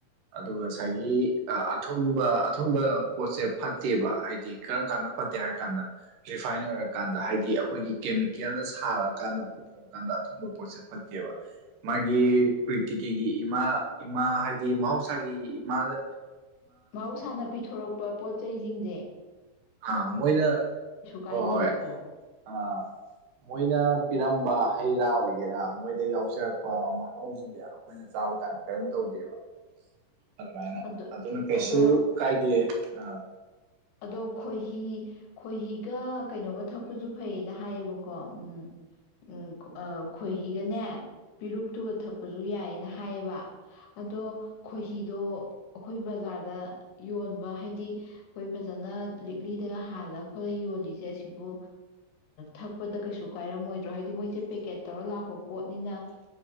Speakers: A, on the right; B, on the left.
A: ꯑꯗꯨꯒ ꯉꯁꯥꯏꯒꯤ ꯑ ꯑꯊꯨꯝꯕ ꯑꯊꯨꯝꯕ ꯄꯣꯠꯁꯦ ꯐꯠꯇꯦꯕ ꯍꯥꯏꯗꯤ ꯀꯔꯝ ꯀꯥꯟꯗ ꯐꯠꯇꯦ ꯍꯥꯏꯔꯀꯥꯟꯗ ꯔꯤꯐꯥꯏꯟ ꯑꯣꯏꯔꯀꯥꯟꯗ ꯍꯥꯏꯗꯤ ꯑꯩꯈꯣꯏꯒꯤ ꯀꯦꯃꯤꯀꯦꯜꯅ ꯁꯥꯔꯀꯥꯟꯗ ꯄꯨꯊꯣꯛꯑꯀꯥꯟꯗ ꯑꯊꯨꯝꯕ ꯄꯣꯠꯁꯦ ꯐꯠꯇꯦꯕ ꯒꯤ ꯄ꯭ꯔꯤꯇꯤꯀꯤꯒꯤ ꯏꯃꯥ ꯏꯃꯥ ꯍꯥꯏꯗꯤ ꯃꯍꯧꯁꯥꯒꯤ ꯏꯃꯥꯗ
B: ꯃꯍꯧꯁꯥꯅ ꯄꯤꯊꯣꯔꯛꯄ ꯄꯣꯠ ꯆꯩꯖꯤꯡ ꯖꯦ
A: ꯑꯥ ꯃꯣꯏꯅ
B: ꯀꯥꯏꯗꯦꯕꯀꯣ
A: ꯍꯣꯏ ꯍꯣꯏ ꯑ ꯃꯣꯏꯅ ꯄꯤꯔꯝꯕ ꯍꯩ ꯔꯥ ꯑꯣꯏꯒꯦꯔꯥ ꯃꯣꯏꯗ ꯌꯥꯎꯖꯔꯛꯄ ꯃꯍꯥꯎꯁꯤꯡꯁꯦ ꯑꯩꯈꯣꯏꯅ ꯆꯥꯕ ꯀꯥꯟꯗ ꯀꯔꯝ ꯇꯧꯒꯦꯕ ꯑꯗꯨꯃꯥꯏꯅ
B: ꯑꯗꯣ
A: ꯑꯗꯨꯅ ꯀꯩꯁꯨ
B: ꯑꯗꯣ
A: ꯀꯥꯏꯗꯦ ꯑꯥ
B: ꯑꯗꯣ ꯈꯣꯏꯍꯤ ꯈꯣꯏꯍꯤꯒ ꯀꯩꯅꯣꯒ ꯊꯛꯄꯁꯨ ꯐꯩꯌꯦꯅ ꯍꯥꯏꯌꯦꯕꯀꯣ ꯎꯝ ꯎꯝ ꯑ ꯈꯣꯏꯍꯤꯒꯅꯦ ꯄꯤꯔꯨꯛꯇꯨꯒ ꯊꯛꯄꯁꯨ ꯌꯥꯏꯌꯦꯅ ꯍꯥꯏꯌꯦꯕ ꯑꯗꯣ ꯈꯣꯏꯍꯤꯗꯣ ꯑꯈꯣꯏ ꯕ ꯕꯖꯥꯔꯗ ꯌꯣꯟꯕ ꯍꯥꯏꯗꯤ ꯑꯩꯈꯣꯏ ꯐꯖꯅ ꯂꯤꯛꯂꯤꯗꯒ ꯍꯥꯜꯂ ꯈꯣꯠꯂ ꯌꯣꯜꯂꯤꯁꯦ ꯑꯁꯤꯕꯨ ꯊꯛꯄꯗ ꯀꯩꯁꯨ ꯀꯥꯏꯔꯝꯃꯣꯏꯗ꯭ꯔꯣ ꯍꯥꯏꯗꯤ ꯃꯣꯏꯁꯦ ꯄꯦꯛꯀꯦꯠ ꯇꯧꯔ ꯂꯥꯛꯄ ꯄꯣꯠꯅꯤꯅ